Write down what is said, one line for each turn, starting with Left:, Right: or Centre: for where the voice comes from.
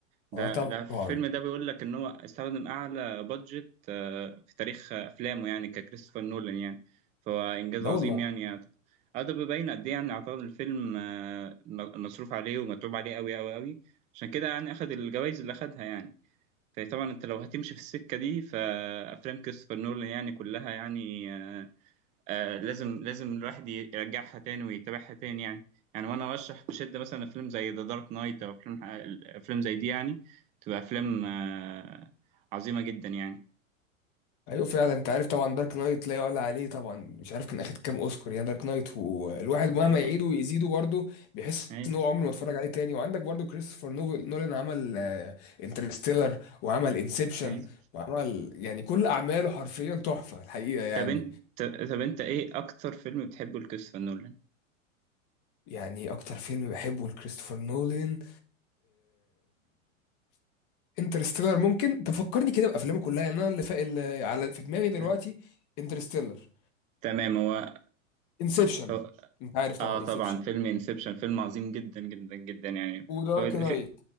Right: ده
Left: اه طبعا
Right: ده في الفيلم ده بيقول لك ان هو استخدم اعلى بادجت آه، في تاريخ آه، افلامه يعني ككريستوفر نولان يعني فهو انجاز
Left: لا
Right: عظيم
Left: والله
Right: يعني يعني اه ده بيبين قد ايه يعني اعتقد الفيلم آه، م- مصروف عليه ومتعوب عليه قوي قوي قوي عشان كده يعني اخد الجوائز اللي اخدها يعني فطبعا انت لو هتمشي في السكه دي فافلام كريستوفر نولان يعني كلها يعني آه آه لازم لازم الواحد يرجعها تاني ويتابعها تاني يعني يعني وانا ارشح بشده مثلا فيلم زي ذا دارك نايت او فيلم افلام زي دي يعني تبقى افلام آه عظيمه جدا يعني
Left: ايوه فعلا انت عارف طبعا دارك نايت لا يعلى عليه طبعا مش عارف كان اخد كام اوسكار يعني دارك نايت والواحد
Right: اه
Left: مهما
Right: طبعا
Left: يعيده ويزيده برضه بيحس
Right: ايوه
Left: ان هو عمره ما اتفرج عليه تاني وعندك برضه كريستوفر نو- نولان عمل انترستيلر وعمل انسبشن
Right: ايوه
Left: وعمل يعني كل اعماله حرفيا تحفه الحقيقه يعني
Right: طب انت طب انت ايه اكتر فيلم بتحبه لكريستوفر نولان
Left: يعني اكتر فيلم بحبه لكريستوفر نولان انترستيلر ممكن تفكرني كده بافلامه كلها يعني انا اللي, فا... اللي على في دماغي دلوقتي
Right: آه.
Left: انترستيلر
Right: تمام هو
Left: انسبشن
Right: هو-
Left: انت عارف طبعا
Right: اه طبعا
Left: انسبشن
Right: فيلم انسبشن فيلم عظيم جدا جدا جدا يعني
Left: ودارك
Right: هو الف-
Left: نايت